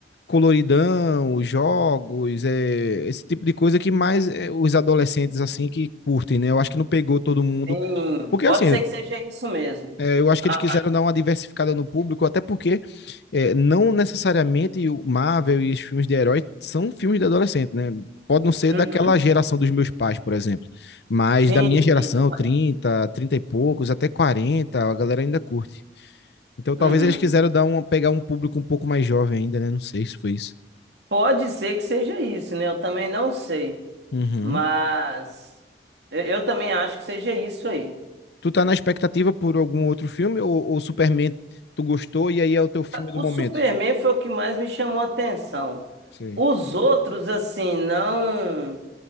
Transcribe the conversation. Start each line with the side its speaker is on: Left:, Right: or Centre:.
Left: coloridão, os jogos, é, esse tipo de coisa que mais é, os adolescentes, assim, que curtem, né? Eu acho que não pegou todo mundo.
Right: Sim,
Left: Porque,
Right: pode
Left: assim,
Right: ser que seja isso mesmo.
Left: é, eu acho
Right: Ah,
Left: que eles quiseram dar uma diversificada no público, até porque é, não necessariamente o Marvel e os filmes de herói são filmes de adolescente, né? Pode não ser
Right: uhum.
Left: daquela geração dos meus pais, por exemplo, mas
Right: Sim,
Left: da minha geração,
Right: sim, não
Left: 30, 30 e poucos, até 40, a galera ainda curte. Então talvez
Right: é.
Left: eles quiseram dar uma, pegar um público um pouco mais jovem ainda, né? Não sei se foi isso.
Right: Pode ser que seja isso, né? Eu também não sei.
Left: Uhum.
Right: Mas eu, eu também acho que seja isso aí.
Left: Tu tá na expectativa por algum outro filme ou, ou Superman tu gostou e aí é o teu filme do
Right: O
Left: momento?
Right: Superman foi o que mais me chamou a atenção.
Left: Sei.
Right: Os outros, assim, não.